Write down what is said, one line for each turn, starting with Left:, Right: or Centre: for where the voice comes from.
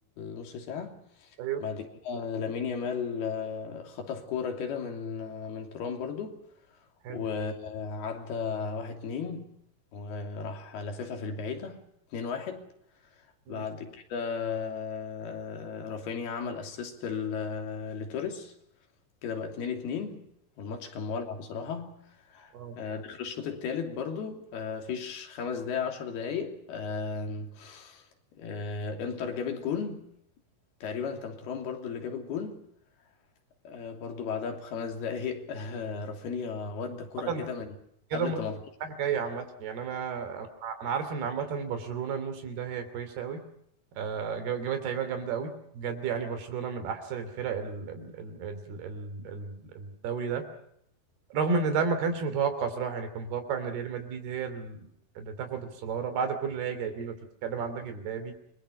Left: نص ساعة
Right: ايوه
Left: بعد كده لامين يامال آه، خطف كورة كده من آه، من ترام برضو
Right: حلو
Left: وعدى واحد اتنين وراح لففها في البعيدة اتنين واحد
Right: امم
Left: بعد كده آه، رافينيا عمل اسيست لتوريس كده بقى اتنين اتنين والماتش كان مولع بصراحة
Right: اه
Left: آه، دخل الشوط التالت برضو آه، فيش خمس دقايق عشر دقايق آم، آه، انتر جابت جون تقريبا كان ترام برضو اللي جاب الجون آه، برضو بعدها بخمس دقايق <laughs> آه، رافينيا ودى كرة
Right: عامة
Left: كده
Right: ده
Left: من
Right: كده
Left: قبل
Right: الماتش
Left: 18
Right: رايح جاي عامة يعني أنا أنا أنا عارف إن عامة برشلونة الموسم ده هي كويسة أوي، آه، جاب- جابت لعيبه جامده قوي بجد يعني برشلونه من احسن الفرق ال- ال- ال- ال- ال- ال- الدوري ده رغم ان ده ما كانش متوقع صراحه يعني كان متوقع ان ريال مدريد هي ال- اللي تاخد الصداره بعد كل اللي هي جايبينه انت بتتكلم عندك امبابي